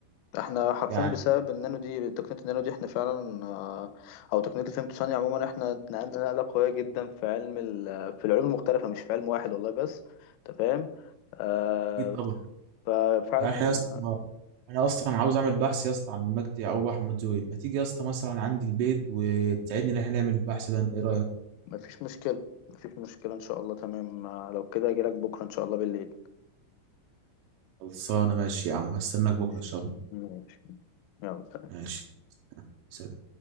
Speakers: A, on the left; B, on the right.
A: احنا حرفيا
B: يعني
A: بسبب النانو دي تقنية النانو دي احنا فعلا آه، او تقنية الفيمتو ثانية عموما احنا اتنقلنا نقلة قوية جدا في علم ال- في العلوم المختلفة مش في علم واحد والله بس انت فاهم آه،
B: اكيد طبعا
A: ففعلا
B: يعني احنا يا اسطى انا اصلا عاوز اعمل بحث يا اسطى عن مجدي يعقوب احمد زويل ما تيجي يا اسطى مثلا عندي البيت وتساعدني ان احنا نعمل البحث ده انت ايه رايك
A: مفيش مشكلة مفيش مشكلة إن شاء الله تمام آه، لو كده أجيلك بكرة إن شاء الله بالليل
B: خلصانه ماشي يا عم هستناك
A: ماشي
B: بكره ان شاء الله
A: ماشي يلا
B: ماشي سلام.